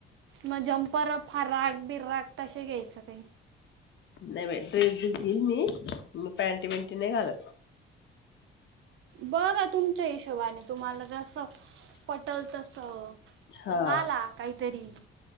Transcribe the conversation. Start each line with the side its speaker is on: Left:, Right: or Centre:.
Right: मग झंपर फराक बिराक तशे घ्यायचं काही.
Left: नाही बा ड्रेस बीस घेईल मी मी प्यांटी बिंटी नाही घालत.
Right: बघां तुमच्या हिशोबाने तुम्हाला जस पटल तस.
Left: हा
Right: पण आला काहीतरी